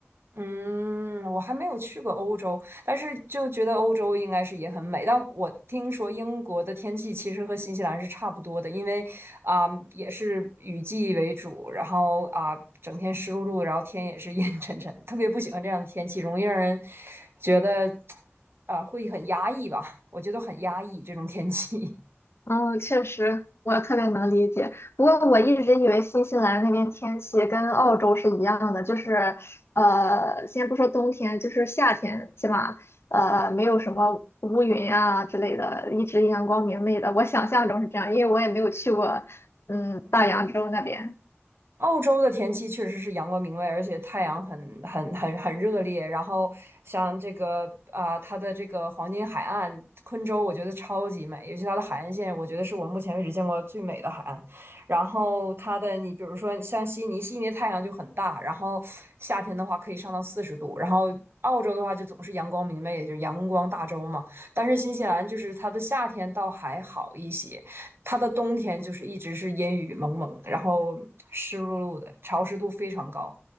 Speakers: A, on the right; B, on the left.
A: 嗯，我还没有去过欧洲，但是就觉得欧洲应该是也很美。但我听说英国的天气其实和新西兰是差不多的，因为啊、也是雨季为主，然后啊、整天湿漉漉，然后天也是 <laughs> 阴沉沉的，特别不喜欢这样的天气，容易让人觉得啊、会很压抑吧？我觉得很压抑这种天气。
B: 嗯，确实，我特别能理解。不过我一直以为新西兰那边天气跟澳洲是一样的，就是呃，先不说冬天，就是夏天，起码呃没有什么乌云啊之类的，一直阳光明媚的。我想象中是这样，因为我也没有去过嗯大洋洲那边。
A: <laughs> 嗯，澳洲的天气确实是阳光明媚，而且太阳很很很很热烈。然后像这个啊、它的这个黄金海岸昆州，我觉得超级美，尤其它的海岸线，我觉得是我目前为止见过最美的海岸。然后它的你比如说像悉尼，悉尼的太阳就很大，然后夏天的话可以上到四十度，然后。澳洲的话就总是阳光明媚，也就阳光大洲嘛。但是新西兰就是它的夏天倒还好一些，它的冬天就是一直是阴雨蒙蒙，然后湿漉漉的，潮湿度非常高。